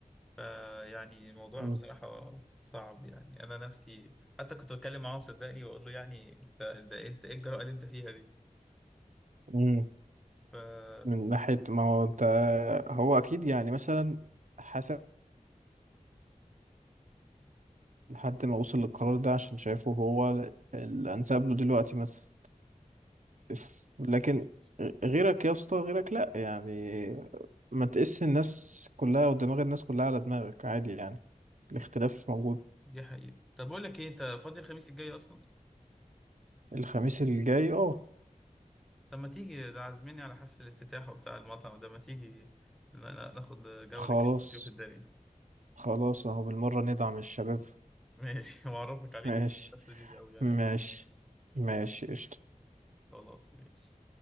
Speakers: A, in the centre; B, on the right.
A: فيعني الموضوع
B: مم.
A: بصراحة صعب يعني انا نفسي حتى كنت بتكلم معاهم صدقني واقول له يعني انت ده انت ايه الجرأة اللي انت فيها دي
B: مم.
A: فأكيد
B: من ناحية ما هو انت هو اكيد يعني مثلا حسب لحد ما وصل للقرار ده عشان شايفه هو الانسب له دلوقتي مثلا إف- لكن
A: أكيد
B: غيرك يا اسطى غيرك لا يعني ما تقيس الناس كلها ودماغ الناس كلها على دماغك عادي يعني الاختلاف موجود
A: دي حقيقة طب أقول لك إيه أنت فاضي الخميس الجاي أصلا؟
B: الخميس الجاي اه
A: طب ما تيجي ده عازميني على حفل الافتتاح وبتاع المطعم ده ما تيجي ن- ن- ناخد جولة
B: خلاص
A: كده نشوف الدنيا
B: خلاص اهو بالمرة ندعم الشباب
A: ماشي <laughs> وأعرفك عليهم
B: ماشي
A: ناس لذيذة أوي يعني
B: ماشي
A: هتحب
B: ماشي قشطة
A: خلاص ماشي